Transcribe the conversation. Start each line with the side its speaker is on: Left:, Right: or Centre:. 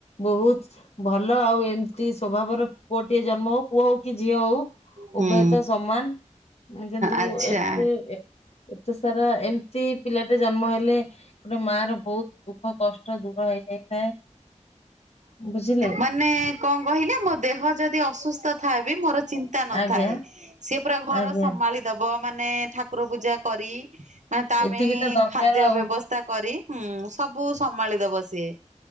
Left: ବହୁତ୍ ଭଲ ଆଉ ଏମ୍ ତି ସ୍ଵଭାବର ପୁଅଟିଏ ଜନ୍ମ ହଉ। ପୁଅ ହଉ କି ଝିଅ ହଉ
Right: ହୁଁ।
Left: ଉଭୟ ତ ସମାନ। କିନ୍ତୁ
Right: ଆଚ୍ଛା।
Left: ଏତେ ଏତେ ସାରା ଏମତି ପିଲାଟେ ଜନ୍ମ ହେଲେ ଗୋଟେ ମାଆ ର ବହୁତ୍ ଦୁଃଖ କଷ୍ଟ ଦୂର ହେଇଯାଇଥାଏ। ବୁଝିଲେ
Right: ମାନେ କଣ କହିଲେ ମୋ ଦେହ ଯଦି ଅସୁସ୍ଥ ଥାଏ ବି ମୋର ଚିନ୍ ତା ନଥାଏ
Left: ଆଜ୍ଞା
Right: ସିଏ ପୁରା ଘର
Left: ଆଜ୍ଞା
Right: ସମାଳି ଦବ ମାନେ ଠାକୁର ପୂଜା କରି ମାନେ ତା
Left: ଏତିକି
Right: ପାଇଁ
Left: ତ ଦରକାର
Right: ଖାଦ୍ୟ
Left: ଆଉ
Right: ବ୍ୟବସ୍ ତା କରି ହୁଁ ସବୁ ସମାଳିଦବ ସିଏ